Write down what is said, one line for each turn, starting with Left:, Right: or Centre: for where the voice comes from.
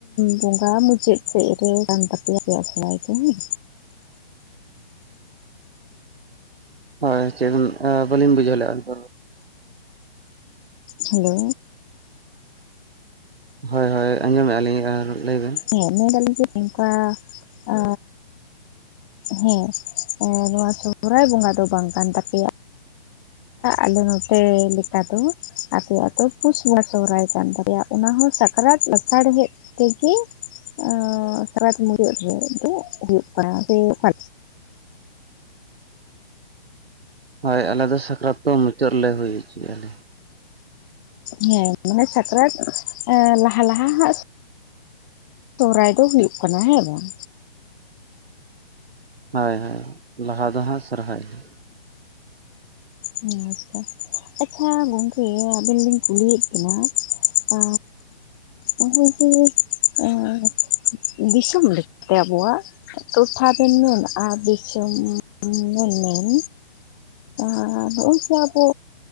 Left: ᱵᱚᱸᱜᱟ ᱢᱩᱪᱟᱹᱫ ᱥᱮᱡ ᱨᱮ ᱠᱟᱱ ᱛᱟᱯᱮᱭᱟ ᱟᱯᱮᱭᱟᱜ ᱥᱚᱦᱨᱟᱭ ᱫᱚ ᱦᱩᱸ᱾
Right: ᱦᱳᱭ ᱪᱮᱫ ᱟᱻ ᱵᱟᱹᱞᱤᱧ ᱵᱩᱡᱷᱟᱹᱣ ᱞᱮᱜᱼᱟ ᱟᱨ ᱢᱤᱫ ᱫᱷᱟ ᱨᱚ
Left: ᱦᱮᱞᱳ
Right: ᱦᱳᱭ ᱦᱳᱭ ᱟᱸᱡᱚᱢᱮᱜᱼᱟ ᱞᱤᱧ ᱟᱨ ᱞᱟᱹᱭ ᱵᱮᱱ᱾
Left: ᱦᱮᱸ ᱢᱮᱱ ᱫᱟᱞᱤᱧ ᱡᱮ ᱱᱚᱝᱠᱟ ᱟᱻ ᱦᱮᱸ ᱮᱸ ᱱᱚᱣᱟ ᱥᱚᱦᱨᱟᱭ ᱵᱚᱸᱜᱟ ᱫᱚ ᱵᱟᱝ ᱠᱟᱱ ᱛᱟᱯᱮᱭᱟ᱾ ᱟᱞᱮ ᱱᱚᱛᱮ ᱞᱮᱠᱟ ᱫᱚ᱾ ᱟᱯᱮᱭᱟᱜ ᱫᱚ ᱯᱩᱥ ᱵᱚᱸᱜᱟ ᱥᱚᱦᱨᱟᱭ ᱠᱟᱱ ᱛᱟᱯᱮᱭᱟ ᱚᱱᱟᱦᱚᱸ ᱥᱟᱠᱨᱟᱛ ᱞᱟᱥᱟᱲᱦᱮᱫᱼᱼ ᱛᱮᱜᱮ ᱟᱸᱻ ᱥᱟᱠᱨᱟᱛ ᱢᱩᱪᱟᱹᱫ ᱨᱮ ᱫᱚ ᱦᱩᱭᱩᱜ ᱠᱟᱱᱟ ᱥᱮ ᱚᱠᱟ
Right: ᱦᱳᱭ ᱟᱞᱮ ᱫᱚ ᱥᱟᱠᱨᱟᱛ ᱫᱚ ᱢᱩᱪᱟᱹᱫ ᱨᱮᱞᱮ ᱦᱩᱭ ᱦᱚᱪᱚᱭ ᱟᱞᱮ᱾
Left: ᱦᱮᱸ ᱢᱟᱱᱮ ᱥᱟᱠᱨᱟᱛ ᱮᱸ ᱞᱟᱦᱟ ᱞᱟᱦᱟ ᱦᱟᱸᱜᱼᱼ ᱛᱚᱦᱨᱟᱭ ᱫᱚ ᱦᱩᱭᱩᱜ ᱠᱟᱱᱟ ᱦᱮᱸ ᱵᱟᱝ?
Right: ᱦᱳᱭ ᱦᱳᱭ ᱞᱟᱦᱟ ᱫᱚ ᱦᱟᱸᱜ ᱥᱚᱨᱦᱟᱭ ᱾
Left: ᱩᱸ ᱟᱪᱪᱷᱟ ᱟᱪᱪᱷᱟ ᱜᱚᱝᱠᱮ ᱟᱵᱮᱱ ᱞᱤᱧ ᱠᱩᱞᱤᱭᱮᱜ ᱵᱮᱱᱟ᱾ ᱟᱻ ᱳᱦᱳᱭ ᱠᱮ ᱚᱸᱻ ᱫᱤᱥᱚᱢ ᱞᱮᱠᱛᱮ ᱟᱵᱚᱣᱟᱜᱼᱼ ᱴᱚᱴᱷᱟ ᱵᱮᱱ ᱢᱮᱱ ᱟᱨ ᱫᱤᱥᱚᱢ ᱢᱮᱱ ᱢᱮᱱ᱾ ᱟᱨᱻ ᱱᱚᱜᱼᱚᱭ ᱡᱮ ᱟᱵᱚ